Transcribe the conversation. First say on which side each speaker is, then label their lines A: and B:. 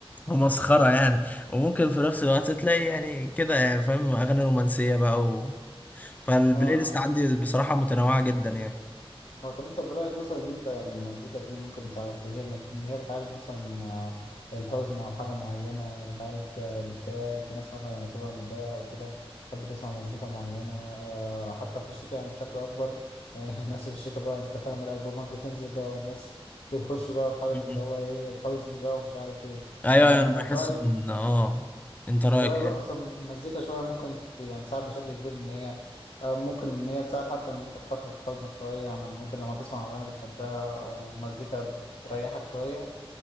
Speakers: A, on the left; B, on the left.
A: ومسخرة يعني وممكن في نفس الوقت تلاقي يعني كده يعني فاهم أغاني رومانسية بقى و... فالبلاي
B: اه
A: ليست
B: اه
A: عندي
B: فاهم
A: بصراحة متنوعة جدا يعني
B: هو طب انت في رأيك مثلا ان انت يعني المزيكا دي ممكن تع- ت- هي انها بت- ان هي بتعالج مثلا آه، الحزن او حاجة معينة بتعالج آه، الاكتئاب في ناس مثلا لما بتبقى متضايقة او كده تحب تسمع مزيكا معينة آه، حتى في الشتاء يعني بشكل اكبر لان <laughs> الناس في الشتاء بقى انت فاهم الالبومات بتنزل بقى والناس بتخش بقى في حالة
A: مم.
B: اللي هو ايه الحزن بقى ومش عارف ايه
A: أيوه
B: يعني
A: أيوه أنا
B: انا
A: بحس
B: في رأيي
A: إن آه أنت رأيك
B: في رأيي بقى
A: إيه؟
B: مثلا المزيكا شوية ممكن ت- يعني تساعد بشكل كبير إن هي آه، ممكن إن هي تساعد حتى إن أنت تخفف حزنك شوية يعني ممكن لما تسمع أغاني بتحبها أو مزيكا بت- بتريحك شوية